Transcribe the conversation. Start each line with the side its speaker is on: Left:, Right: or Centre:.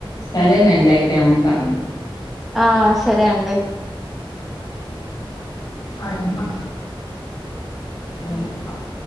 Left: సరేనండి అయితే ఉంటాము
Centre: ఆ సరే అండి
Left: ఆయమ్మ రెండు కాల్